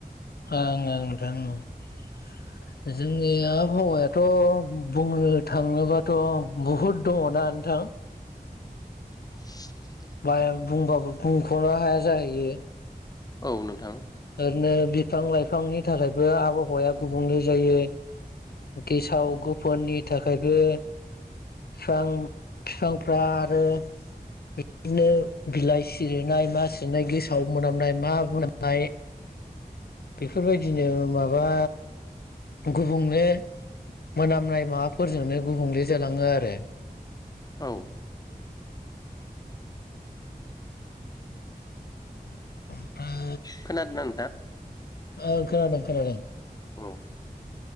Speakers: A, on the left; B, on the left.
A: ओं ओं नोंथां औ। जोंनि आबहावायाथ' बुंनो थाङोबाथ' बुहुद दङना नोंथां।
B: <inaudible>
A: बाइ बुंबाबो बुंख'नो हाया जाहैयो।
B: औ नोंथां।
A: ओरैनो बिफां लाइफांनि थाखायबो आबहावाया गुबुंले जायो। गेसाव गोफननि थाखायबो। बिफां फिफांफ्रा आरो बिदिनो बिलाइ सिरिनाय मा सिरिनाय गेसाव मोनामनाय मा मोनामनाय। बेफोरबायदिनो माबा गुबुंले मोनामनाय माबाफोरजोंनो गुबुंले जालाङो आरो।
B: औ
A: <inaudible>
B: खोनादों ना नोंथां।
A: औ खोनादों खोनादों।
B: औ